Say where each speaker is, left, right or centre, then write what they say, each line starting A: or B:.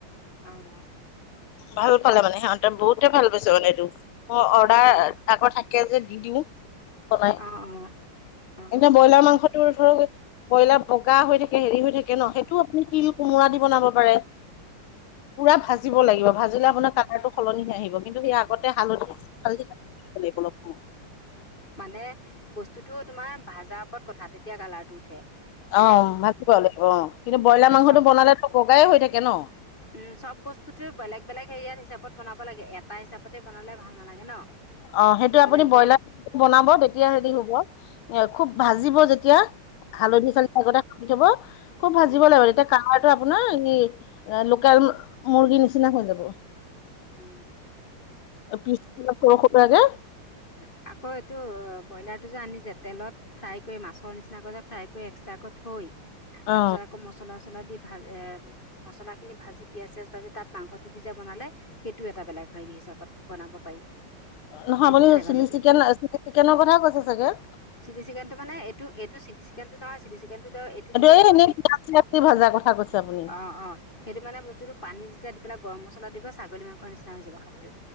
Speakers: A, on the left (about 25°); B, on the left (about 80°).
A: অ।
B: ভাল পালে মানে সিহঁতে বহুতে ভাল পাইছে মানে এইটো মোৰ অৰ্ডাৰ
A: উম
B: আকৌ থাক কে যে দি দিও বনাই এতিয়া
A: অ' অ' অ'
B: ব্ৰইলাৰ মাংসটোৰ ধৰক। ব্ৰইলাৰ বগা থাকে হৈ থাকে ন সেইটোও আপুনি তিল কোমোৰা দি বনাব পাৰে পুৰা ভাজিব লাগিব ভাজিলে আপোনাৰ কালাৰটো সলনিহে আহিব কিন্তু সেই আগতে হালধি। চাল অলপ সময় <inaudible> হালধি তাত দিব লাগিব অলপ সময়
A: মানে বস্তুতটো তোমাৰ ভাজাৰ ওপৰত কথা তেতিয়া কালাৰটো উঠে। হয়নে
B: অ ভাজিিবা লাগিব অ কিন্তু ব্ৰইলাৰ মাংসটো
A: চব
B: বনালে তো বগাই হৈ থাকে ন। <inaudible> অ ভাজি বনাব লাগিব অ কিন্তু ব্ৰইলাৰ মাংসটো বনালে তো বগাই হৈ থাকে ন। <inaudible>
A: উম চব বস্তুতে বেলেগ বেলেগ হেৰিয়াত হিচাপত বনাব লাগে এটা হিচাপতে বনালে ভাল নালাগে ন।
B: অ সেইটো
A: বেলেগ
B: আপুনি ব্ৰইলাৰ।
A: বেলেগ
B: বনাব তেতিয়া হেৰি হ'ব এ খুব ভাজিব যেতিয়া হালধি
A: উম
B: চাল। গতে কি থব খুব ভাজিব
A: উম
B: লাগিব তেতিয়া <inaudible> আগতে কি থব খুব ভাজিব লাগিব তেতিয়া। <inaudible> কালাৰটো আপোনাৰ এই লোকেল এ মুৰ্গীৰ নিচিনা হৈ যাব।
A: উম।
B: পিছ কা সৰশ টাকে <inaudible> পিছ পিনে সৰশ শুকাই দে <inaudible>
A: এ আকৌ এইটো ব্ৰইলাৰ টো যে আনি যে তেলত। ফ্ৰাই কৈ মাছৰ নিচিনাকৈ যে ফ্ৰাই কৈ যে এক্সট্ৰাকৈ থৈ তাৰ
B: অ
A: পিছত আকৌ মছলাছলা দি। ভাজ এ মছলাখিনি ভাজি পিয়ঁয়াজ চিয়াজ ভাজি তাত মাংসটো দি যে বনালে। সেইটোও এটা বেলেগ হেৰি হিচাপত বনাব পাৰি।
B: নহয়
A: সেইটো
B: আপুনি
A: খাই
B: চিলি
A: ভাল লাগে
B: চিকেন চিলি চিকেনৰ কথা কৈছে চাগে।
A: চি চিকেনটো মানে এইটো চিটি চিকেনটো নহয় চিটিচি চিকেনটো তেওঁ এইটো দিব
B: এই
A: লাগিব
B: এনেই পিয়াজ চিয়াজ দি ভজাৰ কথা কৈছে আপুনি।
A: <unintelligible> অ', অ'। সেইটো মানে বস্তুটো পানী যেতিয়া দি পেলাই গৰম মছলা দিবা ছাগলী মাংসৰ নিচিনা হৈ যাব খাবলৈ।